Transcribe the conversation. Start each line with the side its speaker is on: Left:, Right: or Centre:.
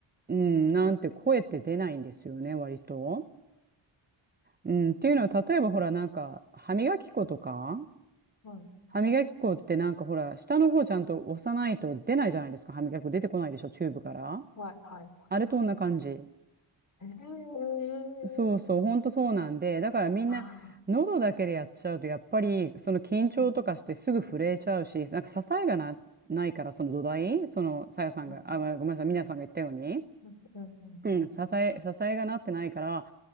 Right: うん、なんて声って出ないんですよね、割と。うん、っていうのは、例えばほら、なんか、歯磨き粉とか、
Left: うん、
Right: 歯磨き粉ってなんかほら、下の方ちゃんと押さないと出ないじゃないですか、歯磨き粉出てこないでしょ、チューブから。
Left: はい、はい、はい、
Right: あれと同じ感じ。
Left: はい。え
Right: そうそう、
Left: え
Right: ほんとそうなんで、だからみんな、
Left: ああ、
Right: 喉だけでやっちゃうと、やっぱり、その緊張とかしてすぐ震えちゃうし、
Left: うん、
Right: なんか支えがな、ないから、その土台、その、さやさんが、
Left: うん、
Right: あ、ごめんなさい、みなさんが言ったように、
Left: うん、うん、うん、
Right: うん、
Left: うん、
Right: 支え、支えがなってないから、